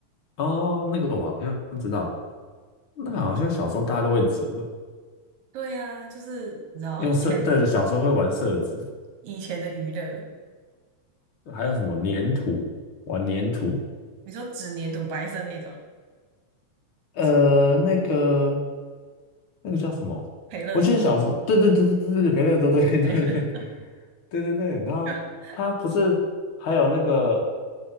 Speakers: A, on the left; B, on the right.
A: 哦，那个我好像知道，那个好像小时候大家都会折，
B: 对啊，就是你知道以前
A: 用色，对对，小时候会玩色纸，
B: 以前的娱乐，
A: 还有什么粘土，玩粘土，
B: 你说纸黏土白色那种
A: 呃，
B: 是吗？
A: 那个。那个叫什么？
B: 培乐多，
A: 我记得小时候，对对对对对对，培乐多，对对对对
B: 培乐
A: <laughs> 对对对。然后他不是还有那个
B: <laughs>